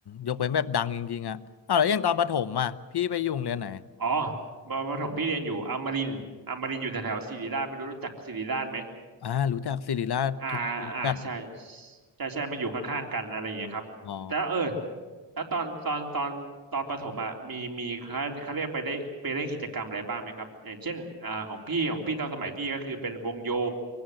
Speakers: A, on the left; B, on the right.
A: ยกเว้นแบบดังจริงๆอะอ้าวแล้วอย่างตอนประถมอะพี่ไปอยู่โรงเรียนไหน
B: อ๋อประถมพี่เรียนอยู่อมรินทร์อมรินทร์อยู่แถวๆศิริราชไม่รู้รู้จักศิริราชไหม
A: อ่ารู้จักศิริราชทุกคนรู้จัก
B: อ่าอ่าใช่ใช่ใช่มันอยู่ข้างๆกันอะไรอย่างเงี้ยครับแล้วเออ
A: อ๋อ
B: แล้วตอนตอนตอนตอนประถมอ่ะมีมีเขาเขาเรียกไปได้ไปเล่นกิจกรรมอะไรบ้างไหมครับอย่างเช่นอ่าของพี่ของพี่ตอนสมัยพี่ก็คือเป็นวงโย